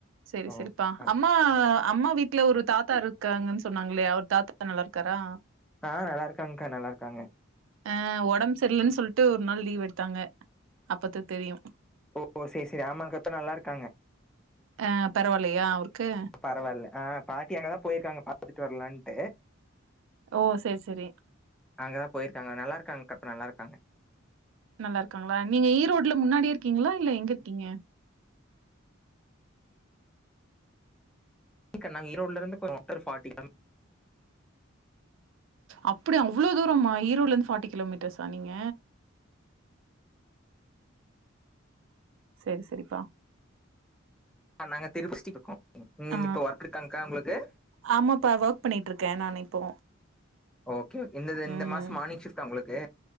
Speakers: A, on the right (about 70°); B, in the centre.
A: சரி, சரிப்பா.
B: ஓகே
A: அம்மா, அம்மா வீட் ல ஒரு தாத்தா இருக்காங்கன் சொன்னாங்களே அவர் தாத்தா நல்லாருக்காரா
B: ஆ நல்லா இருக்காங்க்கா. நல்லாருக்காங்க.
A: அ உடம்பு செர்லன் சொல்ட்டு ஒரு நாள் லீவ் எடுத்தாங்க அப்பத்தா தெரியு
B: ஓ செரி செரி ஆமாக்கா இப்ப நல்லாருக்காங்க
A: ஆ பரவால்லையா அவ்ருக்கு
B: பரவால்ல ஆ பாட்டி அங்கதா போயிருக்காங்க பாத்துட்டு வரலான்ட்டு
A: ஓ செரி செரி
B: அங்கதா போயிருக்கங்க நல்லாருக்காங்க்கா இப்ப நல்லாருக்காங்க
A: நல்லாருக்காங்களா நீங்க ஈரோடு்ல முன்னாடியே இருக்கீங்களா இல்ல எங்க இருக்கீங்க
B: க்கா நாங் ஈரோடுல இருந்து <unintelligible>
A: அப்டிஅவ்ளோ தூரமா ஈரோட்ல இருந்து ஃபார்ட்டி கிலோமீட்டர்ஸா நீங்க செரி செரிப்பா
B: ஆ நாங்க திருப்பஸ்டி பக்கோ உம்
A: ஆ
B: இப்ப ஒர்க் இருக்காங்க்கா உங்ளுக்கு
A: ஆமாப்பா ஒர்க் பண்ணிட்டு இருக்கே நானு இப்போ
B: ஓகே ஓகே இந்த இந்த
A: ம்
B: மாச மார்னிங் ஷிஃப்ட்டா உங்ளுக்கு